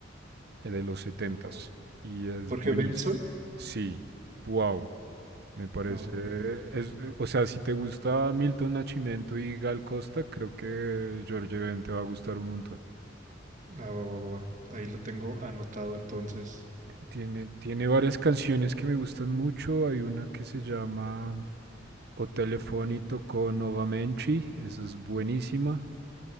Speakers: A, on the right; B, on the right.
A: eh, de los setentas
B: Como
A: Y es
B: Jorge
A: buenísimo.
B: Benson.
A: Sí, wow. Me parece...
B: Ah, ok.
A: es- eh, o sea, si te gusta Milton Nascimento y Gal Costa, creo que Jorge Ben te va a gustar un montón.
B: Ah, va, va, va, va. Ahí lo tengo anotado entonces.
A: Tiene, tiene varias canciones que me gustan mucho. Hay una que se llama... o Telefonito con Novamenchi, esa es buenísima.